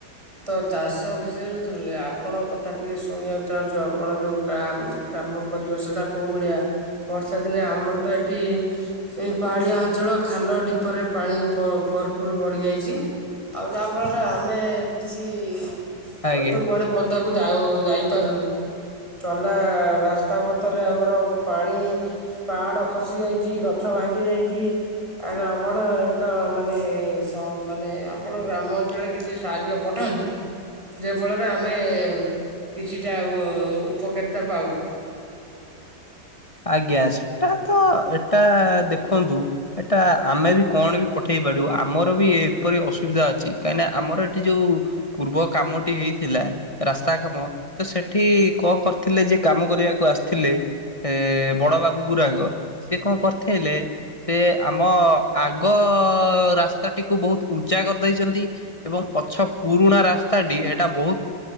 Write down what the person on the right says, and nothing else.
ତ ଚାଷ ବିଷୟରେ ଶୁଣିଲେ ଆପଣଙ୍କ କଥା ଟିକି ଶୁଣିବାକୁ ଚାହୁଁଛୁ ଆପଣ ଯେଉଁ କା କାମ। ପରିବେଶ ଟା କେଉଁ ଭଳିଆ ବର୍ଷା ଦିନେ ଆମର ତ ଏଠି। ଏ ପାହାଡିଆ ଅଞ୍ଚଳ ଖାଲ ଢିପରେ ପାଣି ଭ ଭରପୁର୍ ବଢି ଯାଇଛି। ଆଉ ଯାହା ଫଳରେ ଆମେ କିଛି ଆଉ
ତ କୁଆଡେ। ପଦାକୁ ଯାଉ ଯାଇପାରୁନୁ। ଚଲା ରାସ୍ତା ପଥରେ ଆମର ପାଣି। ପାହାଡ ଖସି ଯାଇଛି ଗଛ ଭାଙ୍ଗି ଯାଇଛି। ଆଗ ଆପଣ ଏକ ମାନେ ସ ମାନେ। ଆପଣ ଗ୍ରାମ ଅଞ୍ଚଳରେ କିଛି ସାହାଯ୍ୟ ପଠାନ୍ତୁ ଯାହା ଫଳରେ ଆମେ। କିଛିଟା ଆଁ ଉଁ ଉପକାରିତା ପାଉ।